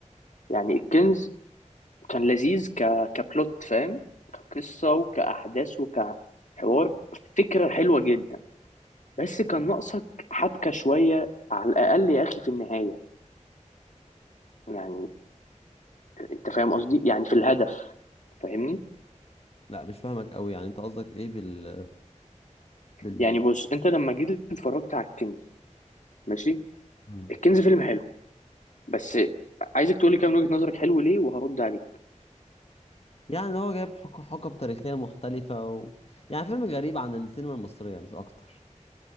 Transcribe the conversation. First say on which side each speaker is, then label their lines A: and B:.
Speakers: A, on the left; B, on the left.
A: يعني الكنز كان لذيذ ك... كبلوت فاهم كقصة وكأحداث وكحوار فكرة حلوة جدا بس كان ناقصك حبكة شوية على الأقل يا أخي في النهاية يعني أنت فاهم قصدي يعني في الهدف فاهمني
B: لا مش فاهمك قوي يعني انت قصدك ايه بال بال
A: يعني بص أنت لما جيت اتفرجت على الكنز ماشي
B: مم.
A: الكنز فيلم حلو بس عايزك تقولي كام وجهة نظرك حلو ليه وهرد عليك
B: يعني ان هو جايب حق- حقب تاريخية مختلفة و... يعني فيلم غريب عن السينما المصرية مش اكتر